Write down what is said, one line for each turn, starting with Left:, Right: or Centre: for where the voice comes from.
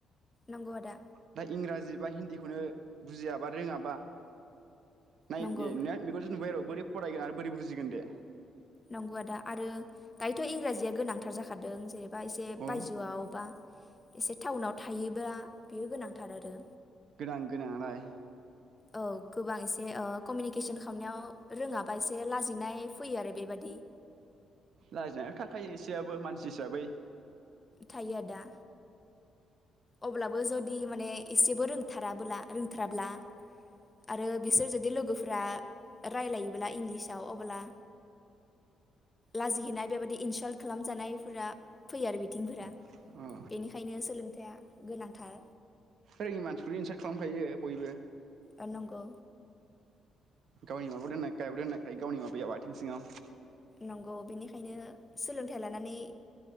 Left: नंगौ आदा
Right: दा इंराजि बा हिन्दीखौनो बुजिया बा रोङा <unintelligible> फरायगोन
Left: नंगौ
Right: आरो बोरै बुजिगोन दे
Left: नंगौ आदा आरो दायोथ' इंराजिया गोनां थार जाखादों जे बा एसे
Right: अ
Left: बायजोआवबा एसे टाउनाव थायोब्ला बेयो गोनांथार आरो
Right: गोनां गोनांआलाय
Left: औ गोबां एसे ओ कमिउनिकेसन खालामनायाव रोङाबा एसे लाजिनाय फैयो आरो बेबायाद
Right: लायजानायाथ' थाखायो एसेयाबो मानसि हिसाबै
Left: थायो आदा अब्लाबो जुदि माने एसेबो रोंथाराबोला रोंथाराब्ला आरो बिसोर जुदि लोगोफोरा रायलायोब्ला इंलिसाव अबोला लाजिहैनाय बेबायदि इनसल्ट खालामजानायफोरा फै आरो बिथिंफोरा
Right: ओ
Left: बेनिखायनो सोलोंथाइया गोनांथार
Right: ओय मानसिफोरा इनसार्ट खालामखायो बयबो
Left: ओ नंगौ
Right: गावनि माबो दोननायखाय दोननायखाय गावनि माबायाव आथिं सिङाव
Left: नंगौ बेनिखायनो सोलोंथाइ लानानै